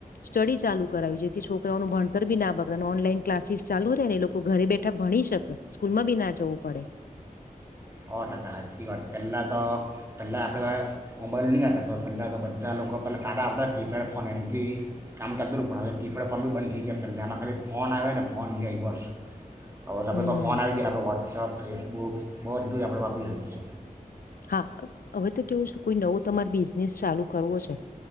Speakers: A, on the left (about 80°); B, on the right (about 20°).
A: સ્ટડી ચાલુ કરાવી જેથી છોકરાઓનું ભણતર બી ના બગડે ઓનલાઈન ક્લાસીસ ચાલુ રહે ને એ લોકો ઘરે બેઠા ભણી શકે સ્કૂલમાં બી ના જવું પડે
B: સો ટકા સાચી વાત પહેલાં તો પહેલા આપણે મોબાઈલ નહીં આવ હતા તો પહેલાં તો બધા લોકો પહેલા સારા આપતા કીપેડ ફોન એમથી કામ કરતા ર પણ કીપેડ ફોન બી બંધ થ ગયા પહેલા એમાં ખાલી ફોન આવે ને ફોન જાય બસ આપણે
A: હમ
B: પર ફોન આવી ગયા આપણે વ્ોટ્સઅપ ફેસ બહુ બહ તો આપણે બાપે લડકીએ
A: હા હવે તો કેવું છે કોઈ નવો તમારે બિઝનેસ ચાલુ કરવો છે